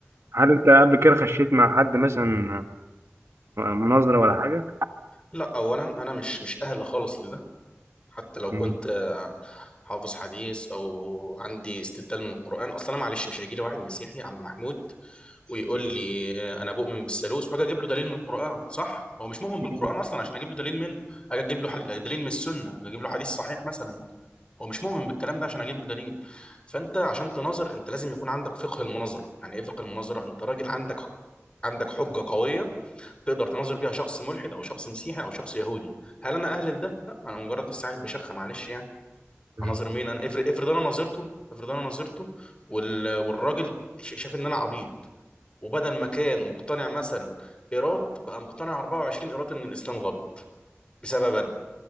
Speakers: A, on the right; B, on the left.
A: هل انت قبل كده خشيت مع حد مثلا م- مناظرة ولا حاجة؟
B: لا اولا انا مش مش اهل خالص لده حتى لو كنت
A: مم.
B: آه، حافظ حديث او عندي استدلال من القران اصلا انا معلش مش هيجي لي واحد مسيحي يا عم محمود ويقول
A: مم.
B: لي آه، انا بؤمن بالثالوث واجي اجيب له دليل من القران صح هو مش مؤمن بالقران
A: مم.
B: اصلا عشان اجيب له دليل منه اجي اجيب له حد- دليل من السنه اجي اجيب له حديث صحيح مثلا هو مش مؤمن بالكلام ده عشان اجيب له دليل فانت عشان تناظر انت لازم يكون عندك فقه المناظره يعني ايه فقه المناظره انت راجل عندك عندك حجه قويه تقدر تناظر بيها شخص ملحد او شخص مسيحي او شخص يهودي هل انا اهل لده لا انا مجرد لسه عيل بشخه معلش يعني
A: مم.
B: هناظر مين انا افرض افرض انا ناظرته افرض انا ناظرته وال... والراجل ش- شاف ان انا عبيط وبدل ما كان مقتنع مثلا ايراد بقى مقتنع 24 ايراد ان الاسلام غلط بسبب انا